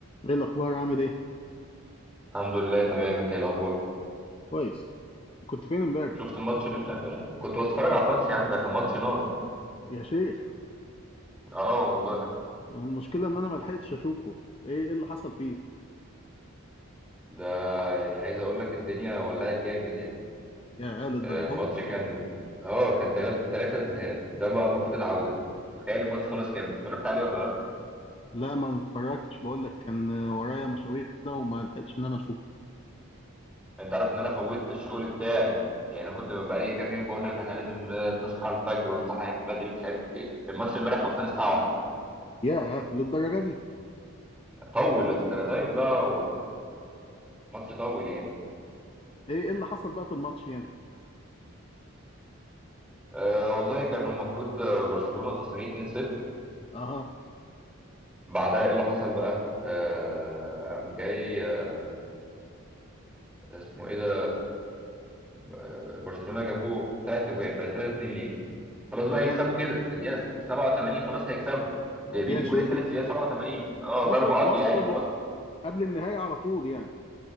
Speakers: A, on the left; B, in the centre.
A: ايه الاخبار عامل ايه
B: الحمد لله تمام انت ايه الاخبار
A: كويس كنت فين امبارح
B: شفت الماتش بتاع امبارح كنت بتفرج على الماتش يا عم ده كان ماتش نار
A: يا شيخ
B: اه والله
A: المشكله ان انا ما لحقتش اشوفه ايه ايه اللي حصل فيه
B: ده يعني عايز اقول لك الدنيا ولعت جامد يعني
A: يا قال الدرجه
B: الماتش
A: دي
B: كان اه كان 3 3 الذهاب ده بقى المفروض العودة تخيل الماتش خلاص كام انت اتفرجت عليه ولا لا
A: لا ما اتفرجتش بقول لك كان ورايا مشاوير كده وما لحقتش ان انا اشوفه
B: انت عارف ان انا فوتت الشغل بتاعي يعني انا كنت بقى لي كام يوم بقول لك انا لازم آه، تصحى الفجر والصحيان بدري مش عارف ايه الماتش امبارح خلصان الساعة واحدة
A: يا للدرجه دي
B: طول اكسترا تايم بقى وماتش طول يعني
A: ايه ايه اللي حصل بقى في الماتش يعني
B: أه والله كانوا المفروض آه، برشلونة خسرانين 2-0
A: اها
B: بعدها ايه اللي حصل بقى آه، قام جاي آه، اسمه ايه ده آه، برشلونة جابوا ثلاث اجوان بقى 3 2 ليهم خلاص
A: تمام
B: بقى هيكسبوا كده في الدقيقة 87 خلاص هيكسبوا جايبين
A: يا
B: الجول
A: شيخ
B: الثالث في الدقيقة 87 اه
A: وصل
B: ضربة قاضية
A: وصلوا
B: يعني خلاص
A: لل- قبل النهايه على طول يعني